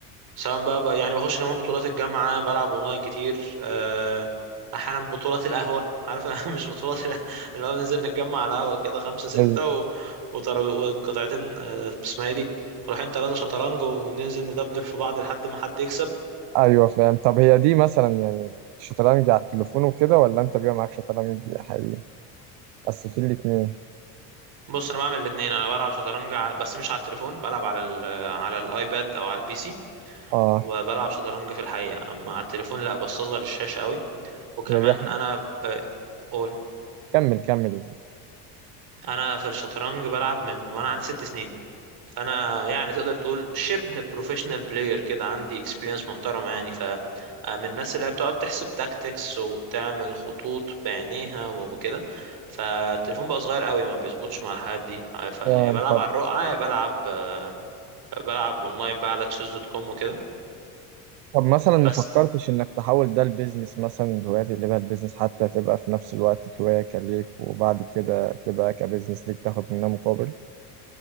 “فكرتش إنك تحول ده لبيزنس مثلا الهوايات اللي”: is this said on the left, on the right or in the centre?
Right